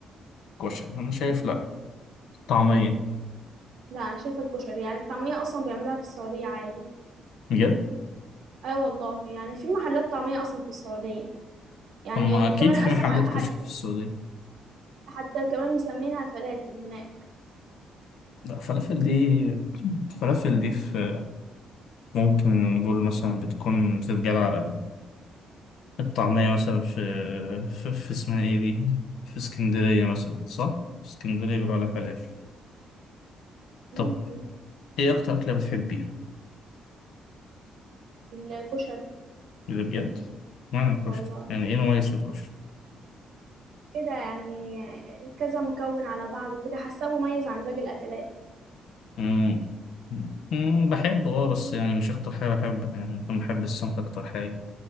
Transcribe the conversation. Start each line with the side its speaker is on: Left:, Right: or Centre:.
Left: كشري أنا شايف لأ طعمية
Right: لا أنا شايفة الكشري يعني الطعمية أصلا بيعملوها في السعودية عادي
Left: بجد؟
Right: أيوة والله يعني في محلات طعمية أصلا في السعودية يعني
Left: أما أكيد
Right: كمان
Left: في محلات
Right: أس- ح-
Left: كشري
Right: حتى
Left: في السعودية
Right: حتى كمان مسمينها فلافل هناك
Left: لأ فلافل دي فلافل دي في ممكن نقول مثلا بتكون بتتجاب على الطعمية مثلا في في, في اسمها ايه دي في اسكندرية مثلا صح؟ في اسكندرية بيقولوا عليها فلافل
Right: ممكن
Left: طب ايه أكتر أكلة بتحبيها؟
Right: الكشري
Left: اللي بجد؟ معنى الكشري
Right: والله
Left: يعني ايه المميز في الكشري؟
Right: كده يعني كذا مكون على بعض وكده حاساه مميز عن باقي الأكلات
Left: مم. مم. بحبه اه بس يعني مش أكتر حاجة بحبها يعني ممكن بحب السمك أكتر حاجة